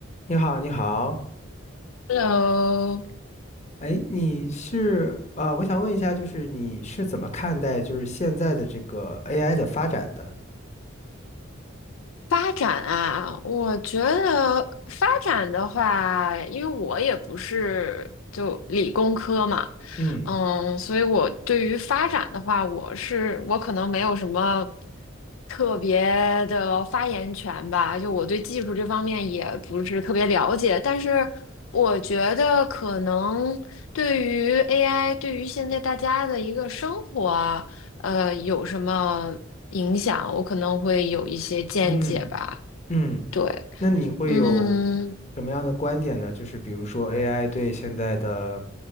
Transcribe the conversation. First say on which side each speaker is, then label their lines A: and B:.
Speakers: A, on the left; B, on the left.
A: 你好，你好，
B: Hello，
A: 哎，你是啊、呃我想问一下，就是你是怎么看待就是现在的这个 AI 的发展的？
B: 发展啊，我觉得发展的话，因为我也不是就理工科嘛，
A: 嗯
B: 嗯，所以我对于发展的话，我是我可能没有什么特别的发言权吧，就我对技术这方面也不是特别了解，但是我觉得可能对于 AI，对于现在大家的一个生活啊。呃，有什么影响，我可能会有一些见解吧。
A: 嗯嗯，
B: 对，
A: 那你会有
B: 嗯
A: 什么样的观点呢？就是比如说 AI 对现在的，